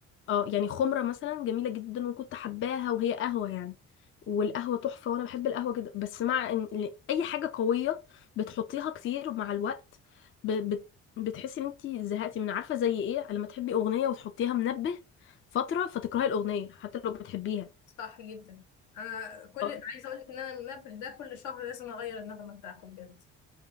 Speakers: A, on the left; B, on the left.
A: اه يعني خمرة مثلا جميلة جدا وكنت حباها وهي قهوة يعني والقهوة تحفة وانا بحب القهوة جدا بس مع ان ل- اي حاجة قوية بتحطيها كتير مع الوقت ب... بت... بتحسي ان انتي زهقتي من عارفة زي ايه لما تحبي اغنية وتحطيها منبه فترة فتكرهي الاغنية حتى لو بتحبيها
B: صح جدا انا كل
A: اه
B: عايزه اقول لك ان انا المنبه ده كل شهر لازم اغير النغمه بتاعته بجد